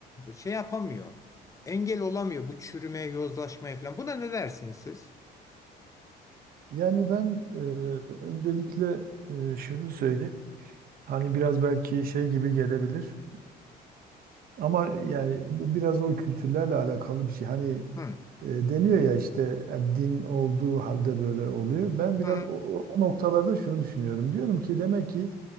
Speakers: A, on the left (about 20°); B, on the right (about 60°).
A: şey yapamıyor. Engel olamıyor bu çürümeye, yozlaşmaya falan. Buna ne dersiniz siz?
B: Yani ben e, öncelikle e, şunu söyleyeyim. Hani biraz belki şey gibi gelebilir. Ama yani bu biraz o kültürlerle alakalı bir şey. Hani
A: Hı.
B: e, deniyor ya işte e, din olduğu halde böyle oluyor. Ben biraz
A: Hı hı.
B: o, o o noktalarda şunu düşünüyorum. Diyorum ki demek ki